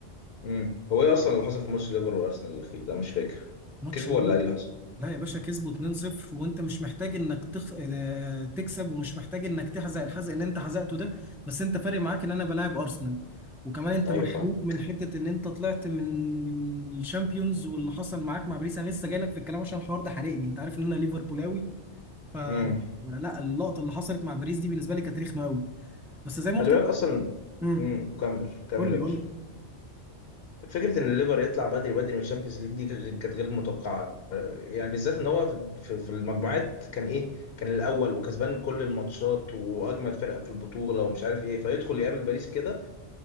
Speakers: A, on the left; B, in the centre.
A: امم هو ايه اصلا اللي حصل في ماتش ليفر وارسنال الاخير ده مش فاكر
B: ماتش
A: كسبوا
B: ليفر
A: ولا ايه اللي حصل
B: لا يا باشا كسبوا 2-0 وانت مش محتاج انك تخ... آه، تكسب ومش محتاج انك تحزق الحزق اللي انت حزقته ده بس انت فارق معاك ان انا بلاعب ارسنال وكمان انت
A: ايوه
B: محروق
A: فاهم
B: من حته ان انت طلعت من من الشامبيونز واللي حصل معاك مع باريس انا لسه جاي لك في الكلام عشان الحوار ده حرقني انت عارف ان انا ليفربولاوي ف
A: امم
B: لا اللقطه اللي حصلت مع باريس دي بالنسبه لي كانت رخمه قوي بس زي ما
A: خلي
B: قلت
A: بالك
B: لك
A: اصلا
B: امم
A: امم كمل كمل
B: قول
A: يا
B: لي
A: باشا
B: قول لي
A: فكره ان الليفر يطلع بدري بدري من الشامبيونز ليج دي كانت كانت غير متوقعه يعني بالذات ان هو في في في المجموعات كان ايه كان الاول وكسبان كل الماتشات واجمد فرقه في البطوله ومش عارف ايه فيدخل يقابل باريس كده